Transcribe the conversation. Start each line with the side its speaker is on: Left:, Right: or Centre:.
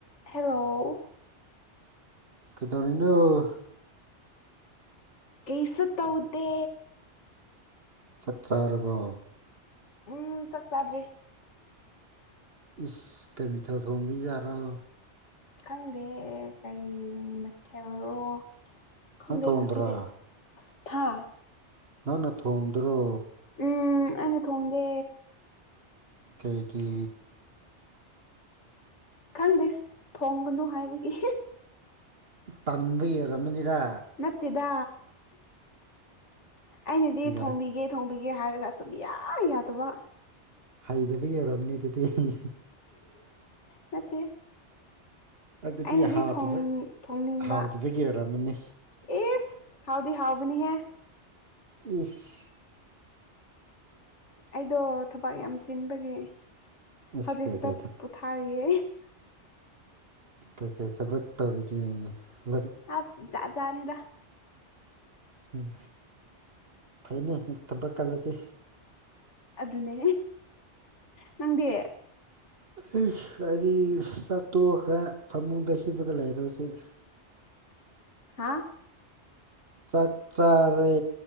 Left: hello
Right: ꯀꯩꯗꯧꯔꯤꯅꯣ
Left: ꯀꯩꯁ ꯇꯧꯗꯦ
Right: ꯆꯥꯛ ꯆꯥꯔꯕꯣ
Left: ꯎꯝ ꯆꯥꯛ ꯆꯥꯗ꯭ꯔꯔꯤ
Right: ꯏꯁ ꯀꯦꯃꯤꯇꯦꯜ ꯊꯣꯡꯕꯤ ꯌꯥꯔꯣ
Left: ꯈꯪꯗꯦ ꯀꯩ ꯃ ꯈꯦꯔꯣ ꯈꯣꯡꯗꯦꯡ
Right: ꯅꯪ ꯊꯣꯡꯗ꯭ꯔꯣ
Left: ꯑꯁꯤꯗꯤ ꯊꯥ
Right: ꯅꯪꯅ ꯊꯣꯡꯗ꯭ꯔꯣ
Left: ꯎꯝ ꯑꯩꯅ ꯊꯣꯡꯗꯦ
Right: ꯀꯩꯒꯤ
Left: ꯈꯪꯗꯦ ꯊꯣꯡꯒꯅꯨ ꯍꯥꯏꯕꯒꯤ
Right: ꯇꯟꯕ ꯌꯔꯝꯃꯅꯤꯗ
Left: ꯅꯠꯇꯦꯗ ꯑꯩꯅꯗꯤ
Right: ꯌꯥꯏ
Left: ꯊꯣꯡꯕꯤꯒꯦ ꯊꯣꯡꯕꯤꯒꯦ ꯍꯥꯏꯔꯒ ꯁꯨꯝ ꯌꯥ ꯌꯥꯗꯕ
Right: ꯍꯩꯇꯕꯒꯤ ꯑꯣꯏꯔꯔꯕꯅꯦ ꯑꯗꯨꯗꯤ
Left: ꯅꯠꯇꯦ
Right: ꯑꯗꯨꯗꯤ
Left: ꯑꯩꯅꯗꯤ
Right: ꯍꯥꯎꯇꯕ
Left: ꯊꯣꯡꯅꯤꯡꯕ
Right: ꯍꯥꯎꯇꯕꯒꯤ ꯑꯣꯏꯔꯝꯃꯅꯤ
Left: ꯑꯦꯁ ꯍꯥꯎꯗꯤ ꯍꯥꯎꯕꯤꯅꯤ ꯍꯥꯏ
Right: ꯏꯁ
Left: ꯑꯩꯗꯣ ꯊꯕꯛ ꯌꯥꯝ ꯆꯤꯟꯕꯒꯤ
Right: ꯏꯁ
Left: ꯍꯧꯖꯤꯛ ꯈꯛꯇ
Right: ꯀꯩꯀꯩ
Left: ꯄꯣꯊꯥꯔꯤꯌꯦ
Right: ꯀꯩꯀꯩ ꯊꯕꯛ ꯇꯧꯔꯤꯒꯦ ꯂꯥꯏꯔꯤꯛ
Left: ꯑꯁ ꯖꯠ ꯖꯠꯅꯤꯗ
Right: ꯎꯝ ꯐꯩꯅꯦ ꯊꯕꯛ ꯀꯜꯂꯗꯤ
Left: ꯑꯗꯨꯅꯦ ꯅꯪꯗꯤ
Right: ꯑꯩ ꯍꯥꯏꯗꯤ ꯆꯥꯠꯇꯣꯛ ꯈ꯭ꯔ ꯐꯃꯨꯡꯗ ꯍꯤꯞꯄꯒ ꯂꯩꯔꯦ ꯍꯧꯖꯤꯛ
Left: ꯍꯥꯥ
Right: ꯆꯥꯛ ꯆꯥꯔꯦ